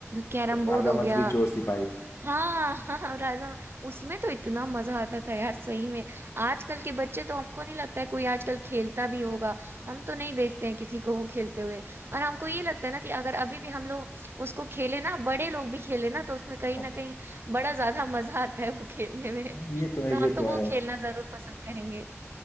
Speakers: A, on the right (about 50°); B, on the left (about 70°).
A: कैरम
B: राजा
A: बोर्ड हो
B: मंत्री
A: गया
B: चोर सिपाही
A: हाँ <laughs> हाँ राजा उसमें तो इतना मजा आता था यार सही में आजकल के बच्चे तो हमको नहीं लगता है कोई आजकल खेलता भी होगा हम तो नहीं देखते हैं किसी को वो खेलते हुए और हमको ये लगता है ना कि अगर अभी भी हम लोग उसको खेले ना बड़े लोग भी खेले ना तो उसमें कहीं
B: हाँ
A: ना कहीं बड़ा ज्यादा मजा आता है वो खेलने में
B: हाँ, ये
A: <laughs>
B: तो है
A: तो
B: ये
A: हम तो
B: तो
A: वो
B: है
A: खेलना जरूर पसंद करेंगे